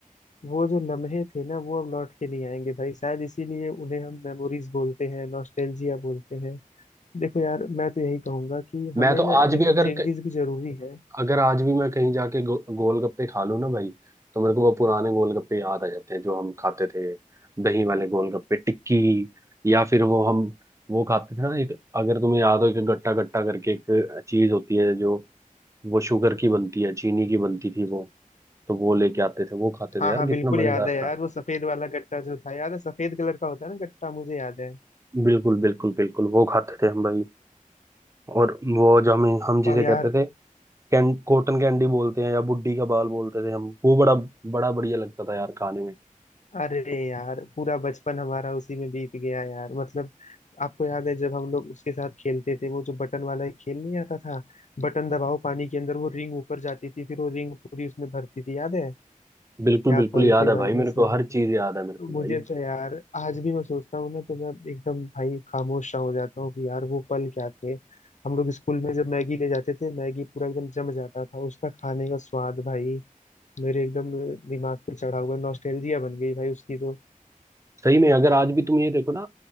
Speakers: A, on the left; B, on the right.
A: वो जो लम्हे थे ना वो अब लौट के नहीं आएंगे भाई शायद इसीलिए उन्हें हम मेमोरीज बोलते हैं नॉस्टैल्जिया बोलते हैं देखो यार मैं तो यही कहूंगा कि
B: मैं
A: हमें
B: तो
A: ना
B: आज
A: ये
B: भी
A: सब
B: अगर
A: चेंजेस भी जरूरी है
B: अगर आज भी मैं कहीं जाके गो, गोलगप्पे खा लूँ ना भाई तो मेरे को वो पुराने गोलगप्पे याद आ जाते हैं जो हम खाते थे दही वाले गोलगप्पे टिक्की या फिर वो हम वो खाते थे ना एक अगर तुम्हें याद हो एक गट्टा गट्टा करके एक चीज होती है जो वो शुगर की बनती है चीनी की बनती थी वो तो वो लेके आते थे वो खाते
A: हाँ
B: थे यार
A: हाँ
B: कितना
A: बिल्कुल
B: मजेदार
A: याद है यार
B: था
A: वो सफेद वाला गट्टा जो था याद है सफेद कलर का होता है ना गट्टा मुझे याद है
B: बिल्कुल बिल्कुल बिल्कुल वो खाते थे हम भाई और वो जो हमें हम जिसे
A: और यार
B: कहते थे कैन, कॉटन कैंडी बोलते हैं या बुड्ढी का बाल बोलते थे हम वो बड़ा बड़ा बढ़िया लगता था यार खाने में
A: अरे यार पूरा बचपन हमारा उसी में बीत गया यार मतलब आपको याद है जब हम लोग उसके साथ खेलते थे वो जो बटन वाला एक खेल नहीं आता था बटन दबाओ पानी के अंदर वो रिंग ऊपर जाती थी फिर वो रिंग पूरी उसमें भरती थी याद है
B: बिल्कुल
A: क्या
B: बिल्कुल
A: पल
B: याद
A: थे
B: है
A: भाई
B: भाई
A: वो
B: मेरे
A: सब
B: को हर चीज याद है मेरे को
A: मुझे
B: भाई
A: तो यार आज भी मैं सोचता हूँ ना तो मैं एकदम भाई खामोश सा हो जाता हूँ कि यार वो पल क्या थे हम लोग स्कूल में जब मैगी ले जाते थे मैगी पूरा एकदम जम जाता था उसका खाने का स्वाद भाई मेरे एकदम दिमाग पे चढ़ा हुआ नॉस्टैल्जिया बन गई भाई उसकी तो।
B: सही में अगर आज भी तुम ये देखो ना